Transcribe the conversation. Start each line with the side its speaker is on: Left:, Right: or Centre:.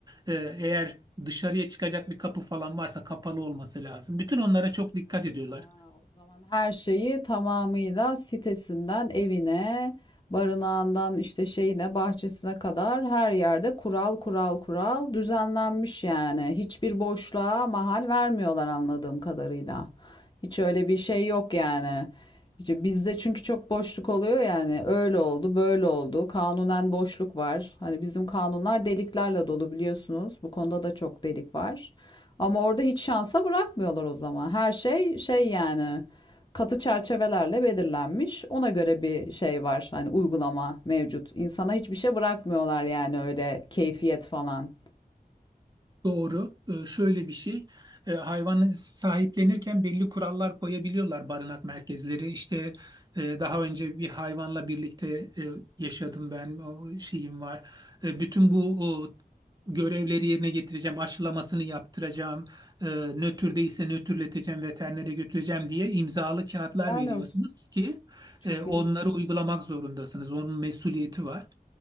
Right: e, eğer dışarıya çıkacak bir kapı falan varsa kapalı olması lazım. Bütün onlara çok dikkat ediyorlar.
Left: Ya, o zaman her şeyi tamamıyla sitesinden evine, barınağından işte şeyine, bahçesine kadar her yerde kural kural kural düzenlenmiş yani. Hiçbir boşluğa mahal vermiyorlar anladığım kadarıyla. Hiç öyle bir şey yok yani. İşte bizde çünkü çok boşluk oluyor yani. Öyle oldu, böyle oldu. Kanunen boşluk var. Hani bizim kanunlar deliklerle dolu biliyorsunuz. Bu konuda da çok delik var. Ama orada hiç şansa bırakmıyorlar o zaman. Her şey şey yani katı çerçevelerle belirlenmiş. Ona göre bir şey var. Hani uygulama mevcut. İnsana hiçbir şey bırakmıyorlar yani öyle keyfiyet falan.
Right: Doğru. Ee, şöyle bir şey. Ee, hayvanı sahiplenirken belli kurallar koyabiliyorlar barınak merkezleri. İşte e, daha önce bir hayvanla birlikte e, yaşadım ben. O şeyim var. E, bütün bu o, görevleri yerine getireceğim. Aşılamasını yaptıracağım. E, nötr değilse nötrleteceğim. Veterinere götüreceğim diye imzalı kağıtlar
Left: Helal
Right: veriyorsunuz
Left: olsun.
Right: ki
Left: Çok
Right: e, onları
Left: ilginç.
Right: uygulamak zorundasınız. Onun mesuliyeti var.